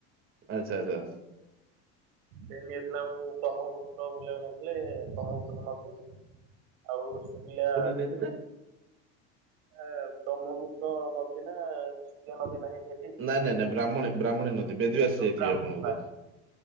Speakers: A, on the right; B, on the right.
A: ଆଚ୍ଛା ଆଚ୍ଛା
B: ସେ ନେଇଥିଲା ଆମକୁ ବ୍ରହ୍ମପୁତ୍ର ବୁଲିବାକୁ ନେଇଥିଲେି ବ୍ରହ୍ମପୁତ୍ର ନଦୀ ଆଉ ରୁଷିକୁଲ୍ୟା
A: ଦେଥିଲେ
B: ଏ ବ୍ରହ୍ମପୁତ୍ର ନଦୀ ନା କୁସୁଙ୍ଗିଆ ନଦୀ ନାହିଁ ସେଠି
A: ନାଇଁ ନାଇଁ ବ୍ରାହ୍ମଣୀ ବ୍ରାହ୍ମଣୀ, ନଦୀ ବେଦୀ ବାସ୍ ଯାଇଥିବେ
B: ବ୍ରାହ୍ମଣୀ
A: ଆପଣ ବଧେ